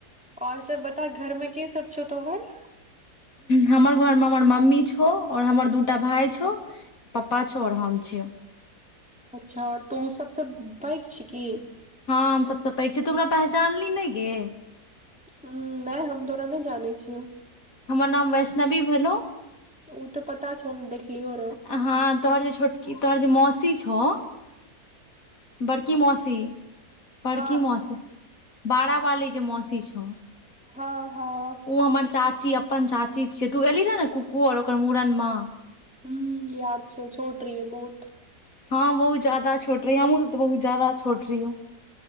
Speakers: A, in the centre; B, on the left.
A: ओर सब बता घरमें के सब छौ तोहर
B: हमर घरमे हमर मम्मी छौ, ओर हमर दूटा भाय छौ। पप्पा छौ, और हम छियौ।
A: अच्छा और तवऽ सबसे पैघ छी की
B: हां हम सबसे पैघ छी, तु हमरा पहचानलि नैय गे
A: हूॅं नैह हम तोरा नहि जानै छियौ।
B: हमर नाम वैष्णवी भेलहुं।
A: उ तेयऽ पता छौ हम देखलियो रे
B: हाँ तोहर जे छोटकी तोहर जे मौसी छौ। बड़की मौसी, बड़की
A: हँ
B: मौासी बारा बाली जे मौसी छौ।
A: हां हां
B: उ हमर चाची अपन चाची छिये, तू एलहि रेहि ने कुकु आर ओकर मूड़न में
A: हूॅं, याद छैय छोट रहिए बहुत
B: हां बहुत जादा छोट रहि हमहुँ सब तऽ बहुत जादा छोट रहियौ।